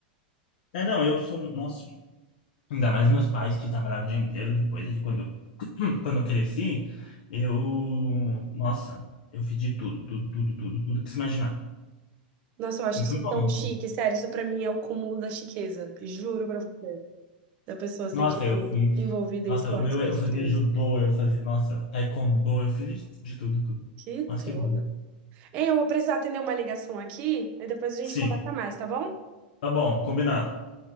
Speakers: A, on the left; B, on the right.
A: É, não, eu sou, um- nossa, ainda mais meus pais que trabalhavam o dia inteiro depois de quando eu, <clears throat> quando eu cresci, eu, nossa, eu fiz de tudo, tudo, tudo, tudo, tudo que se imaginar.
B: Nossa, eu acho
A: E
B: isso
A: fui bom,
B: tão
A: assim.
B: chique, sério, isso pra mim é o cúmulo da chiqueza. Juro pra você, da pessoa ser,
A: Nossa,
B: tipo,
A: eu fui,
B: envolvida
A: nossa,
B: em esportes
A: o meu, eu
B: desde
A: fazia
B: criança.
A: judô, eu fazia, nossa, taekwondo, eu fiz de, de tudo, tudo.
B: Que
A: Mas
B: tudo.
A: que bom.
B: Hein, eu vou precisar atender uma ligação aqui e depois a gente
A: Sim,
B: conversa mais, tá bom?
A: tá bom, combinado.